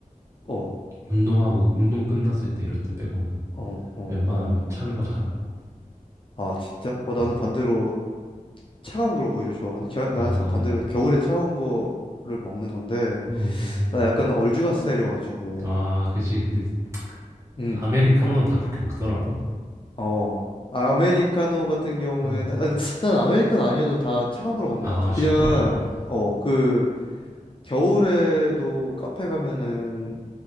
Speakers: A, on the left; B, on the right.
A: 어, 어,
B: 운동하고 운동 끝났을 때 이럴 때 빼고는
A: 어, 어.
B: 웬만하면 찬 거 잘 안 먹어.
A: 아, 진짜? 어, 나는
B: 응.
A: 반대로 차가운 걸 오히려 좋아하거든. 겨, 나는
B: 어.
A: 참 반대로 겨울에 차가운 거를 먹는 건데,
B: 어. 어.
A: 나 약간 얼죽가 스타일이어가지고,
B: 아, 그치. 근데
A: 음.
B: 아메리카노는 다 그렇게 먹더라고.
A: 어, 아, 아메리카노 같은 경우에는,
B: 응.
A: 아, 난 아메리카노 아니어도 다 차가운 걸 먹는
B: 아,
A: 것 같아.
B: 진짜?
A: 그냥,
B: 어.
A: 어, 그, 겨울에도 카페 가면은,